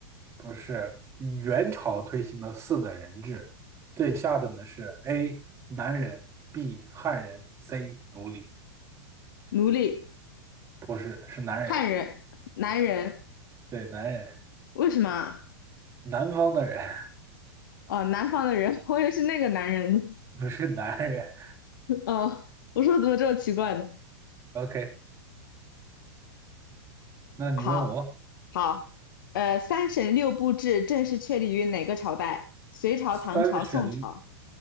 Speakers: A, on the right; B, on the left.
A: 不是元朝推行的四等人制，最下等的是 A 男人，B 汉人，C 奴隶，
B: 奴隶
A: 不是是男人，
B: 汉人男人，
A: 对男人，
B: 为什么啊？
A: 南方的人
B: 哦，南方的人，<laughs> 我也是那个男人。
A: <laughs> 不是男人。
B: <laughs> 哦，我说怎么这么奇怪呢？
A: OK，那你问我。
B: 好，好，呃，三省六部制正式确立于哪个朝代？隋朝、
A: 三省
B: 唐朝、宋朝。